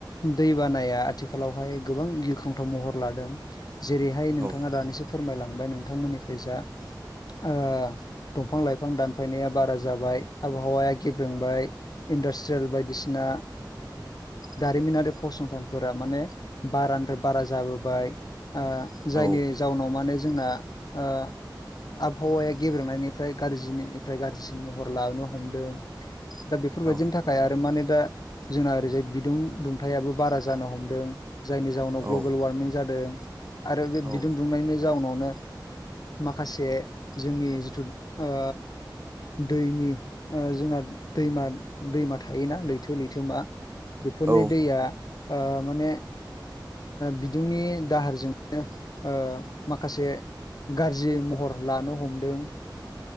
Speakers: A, on the left; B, on the right.
A: दै बानाया आथिखालावहाय गोबां गिख्रंथाव महर लादों जेरैहाय नोंथाङा
B: औ
A: दानिसो फोरमायलांबाय नोंथांमोननिखै जा ओ दंफां लाइफां दानफायनाया बारा जाबाय आबहावाया गेब्रेंबाय इन्डास्ट्रियेल बायदिसिना दारिमिनारि फसंथानफोरा माने बारानिफ्राय बारा जाबोबाय
B: औ
A: जायनि जाउनाव माने जोंना आ आबहावाया गेब्रेंनायनिफ्राय गाज्रिनिफ्राय गाज्रिसिन महर लानो हमदों दा बेफोरबायदिनि
B: औ
A: था खाय आरो माने दा जोंना ओरैजाय बिदुं दुंथायाबो बारा जानो हमदों जायनि जाउनाव
B: औ
A: ग्लबेल वारमिं जादों आरो बे
B: औ
A: बिदुं दुंनायनि जाउनावनो माखासे जोंनि जिथु ओ दैनि जोंहा दैमा दैमा थायोना लैथो लैथोमा बेफोरनि
B: औ
A: दैया आ माने बिदुंनि दाहारजोंनो ओ माखासे गाज्रि महर लानो हमदों